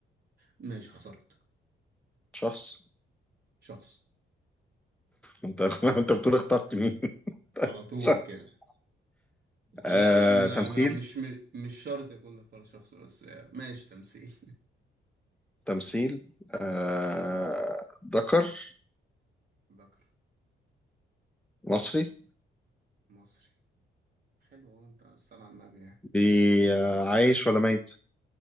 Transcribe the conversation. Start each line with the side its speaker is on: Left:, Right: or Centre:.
Right: ماشي اخترت
Centre: شخص
Right: شخص
Centre: انت <laughs> انت بتقول اخترت مين <laughs>
Right: على طول
Centre: شخص
Right: كده لا
Centre: آه،
Right: لا ما انا
Centre: تمثيل
Right: ما مش مش شرط يكون اختار شخص بس ماشي تمثيل
Centre: تمثيل آه،
Right: <laughs> تمثيل
Centre: ذكر
Right: ذكر
Centre: مصري
Right: مصري حلو هو انت الصلاة على النبي يعني
Centre: بي- آه، عايش ولا ميت